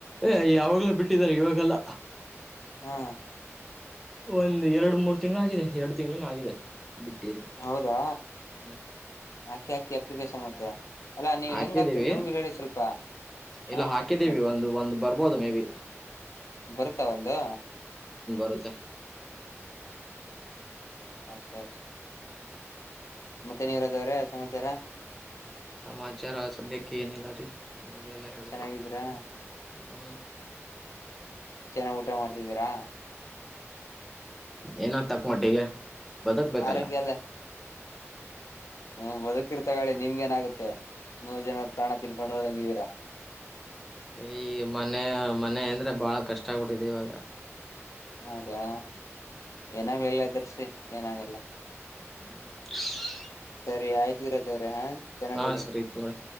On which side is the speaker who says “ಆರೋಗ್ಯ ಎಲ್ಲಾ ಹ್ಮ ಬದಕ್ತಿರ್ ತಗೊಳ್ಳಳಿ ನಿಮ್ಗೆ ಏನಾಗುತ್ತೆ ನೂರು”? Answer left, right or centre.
Left